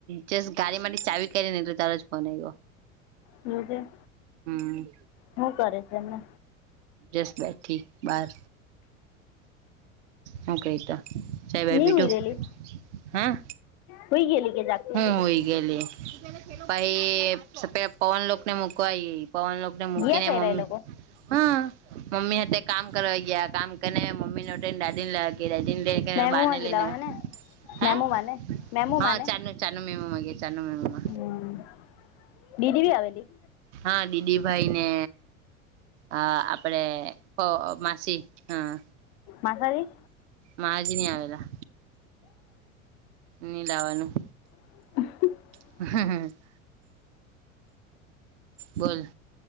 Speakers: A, on the right; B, on the left.
A: જસ તારી માટે ચાવી કરી ને તો તારો જ ફોન આવ્યો
B: એવું કે
A: હમ
B: શું કરે છે એમને
A: જસ બેઠી બાર હું કેય તો ચાઇ બાઈ
B: ની
A: પીધું
B: હુઈ રેલી
A: હા
B: હુઈ ગયેલી કે જાગતી
A: હું
B: હતી
A: હોય ગેલી પહી સપેલા પવન લોક ને મુકવા ગઈ પવનલોક ને મૂકીને
B: ગયા કયરા
A: મમ્મ
B: એ લોકો
A: હા મમ્મી હાથે કામ કરવા ગયા કામ કરીને મમ્મી ને દાડી ને લેવા
B: મેમુમાં
A: <unintelligible> બા ને
B: ગેલા
A: લઈને
B: હે ને
A: હા
B: મેમુ માને મેમુ
A: હા
B: માને
A: ચાન <unintelligible>
B: હમ દીદી બી આવેલી
A: હા દીદી ભાઈ ને અ આપડે હ માસી હા
B: માસી આવેલી
A: માજ ની આવેલા ની લાવાનું
B: <inaudible>
A: <inaudible> બોલ